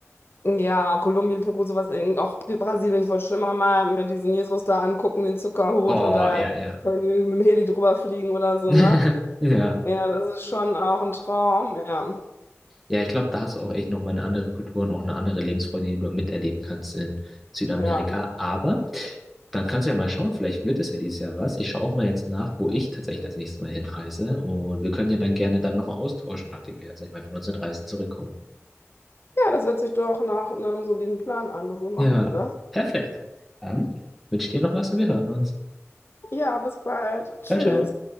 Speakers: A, on the left; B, in the centre.
A: ja, Kolumbien, Peru, sowas, eben auch Brasilien. Ich wollte schon immer mal mir diesen Jesus da angucken, den Zuckerhut
B: Oh,
A: und da
B: ja, ja.
A: irgendwie mit dem Heli drüber fliegen oder so,
B: <laughs>
A: ne?
B: Ja.
A: Ja, das ist schon auch ein Traum, ja.
B: Ja, ich glaube, da hast du auch echt nochmal eine andere Kultur und auch eine andere Lebensfreude, die du miterleben kannst in Südamerika.
A: Ja,
B: Aber dann kannst du ja mal schauen, vielleicht wird es ja dieses Jahr was. Ich schaue auch mal jetzt nach, wo ich tatsächlich das nächste Mal hinreise. Und wir können ja dann gerne dann nochmal austauschen, nachdem wir, sag ich mal, von unseren Reisen zurückkommen.
A: ja, das hört sich doch nach einem soliden Plan an. So machen
B: Ja,
A: wir das.
B: perfekt. Dann wünsche ich dir noch was und wir hören uns.
A: Ja, bis bald. Tschüss.
B: Ciao, ciao.